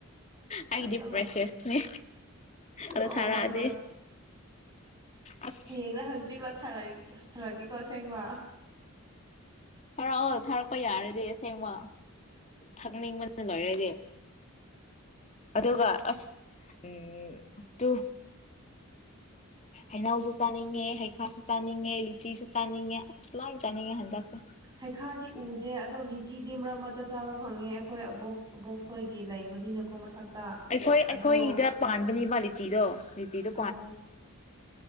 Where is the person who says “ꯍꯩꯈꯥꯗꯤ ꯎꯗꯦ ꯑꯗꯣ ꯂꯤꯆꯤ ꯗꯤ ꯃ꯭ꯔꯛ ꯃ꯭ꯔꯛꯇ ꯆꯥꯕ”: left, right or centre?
Right